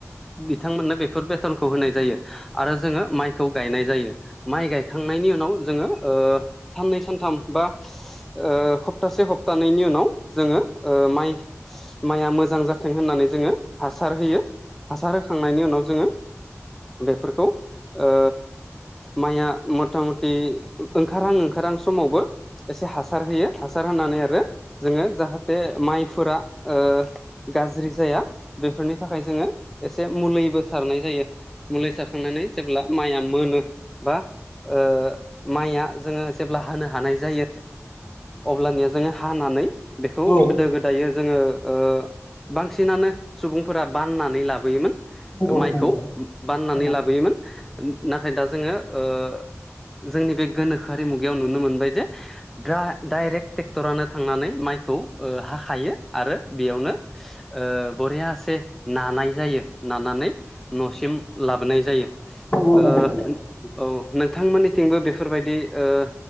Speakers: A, in the centre; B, on the left.
A: बिथांमोननो बेफोर बेथनखौ होनाय जायो आरो जोङो माइखौ गायनाय जायो। माइ गायखांनायनि उनाव जोङो ओ साननै सानथाम बा ओ खप्तासे हप्तानैनि उनाव जोङो ओ माइ माइआ मोजां जाथों होननानै जोङो हासार होयो हासार होखांनायनि उनाव जोङो बेफोरखौ ओ माइया मथा मथि ओंखारहां ओंखारहां समावबो एसे हासार होयो हासार होनानै आरो जोङो जाहाथे माइफोरा ओ गाज्रि जाया बेफोरनि थाखाय जोङो एसे मुलैबो सारनाय जायो मुलै सारखांनानै जेब्ला माइया मोनो बा ओ माइया जोङो जेब्ला हानो हानाय जायो अब्लानिया जोङो हानानै बेखौ
B: औ
A: गोदो गोदायो जोङो ओ बांसिनानो सुबुंफोरा बाननानै लाबोयोमोन
B: नंगौ
A: माइखौ
B: नंगौ
A: बाननानै
B: नंगौ
A: लाबोयोमोन नाथाय दा जोङो ओ जोंनि बे गोनोखोआरि मुगा बेयाव नुनो मोनबाय जे दा डाइरेक्ट टेक्टरानो थांनानै माइखौ ओ‌‌ हाखायो आरो बेयावनो ओ बरियासे नानाय जायो नानानै नसिम लाबोनाय जायो‌ ओ
B: नंगौ नंगौ नंगौ
A: औ नोंथांमोननि थिंबो बेफोरबायदि ओह